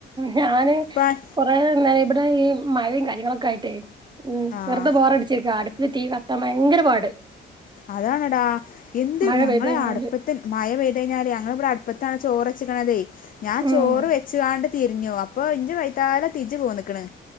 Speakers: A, on the right; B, on the left.
A: ഞാന്
B: ഇപ്പം
A: കൊറെന്ന ഇവിടെ ഈ മഴയും കാര്യങ്ങളൊക്കെ ആയിട്ടേ ഉ
B: ആ
A: വെറുതെ ബോറടിച്ചിരിക്ക അടുപ്പില് തീ കത്താൻ ഭയങ്കര പാട്
B: അതാണടാ എന്ത്
A: മഴ
B: ഞങ്ങള്
A: പെയ്ത് കഴിഞ്ഞാല്
B: അടുപ്പത്തിൽ മഴ പെയ്ത കഴിഞ്ഞാല് ഞങ്ങള ഇവിടെ അടുപ്പത്താണ് ചോറ് േ ഞാൻ
A: ഉം
B: ചോറ് വെച്ചുകാണ്ട് തിരിഞ്ഞു അപ്പോൊ ഇഞ്ച വൈത്താലം തിജു പോ നിിക്കണ്